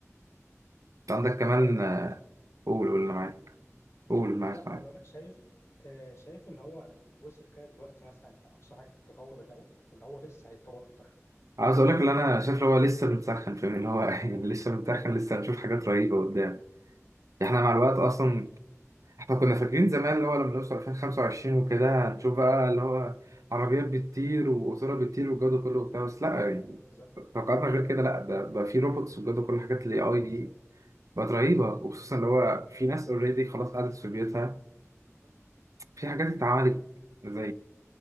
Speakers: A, on the right (about 85°); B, on the left (about 55°).
A: انت عندك كمان
B: آه طب
A: آه،
B: انت شايف
A: قول قول اللي معاك
B: امم كمل.
A: قول اللي معاك
B: لا كنت
A: معاك
B: اقول لك شايف آه شايف ان هو وصل كده دلوقتي مثلا لاقصى حاجه في التطور بتاعه ولا هو لسه هيتطور اكتر
A: عاوز اقول لك اللي انا شايف اللي هو لسه بنسخن فاهم اللي هو <laughs> يعني لسه بنسخن لسه هنشوف حاجات رهيبه قدام احنا مع
B: امم
A: الوقت اصلا احنا كنا فاكرين زمان اللي هو لما نوصل 2025 وكده هنشوف بقى اللي هو عربيات بتطير وقطوره بتطير والجو ده كله وبتاع بس لا يعني
B: بالظبط
A: توقعاتنا غير كده لا ده بقى في روبوتس والجو ده كله حاجات الاي اي دي بقت رهيبه وخصوصا اللي هو في ناس اوريدي خلاص قعدت في بيوتها في حاجات اتعملت زي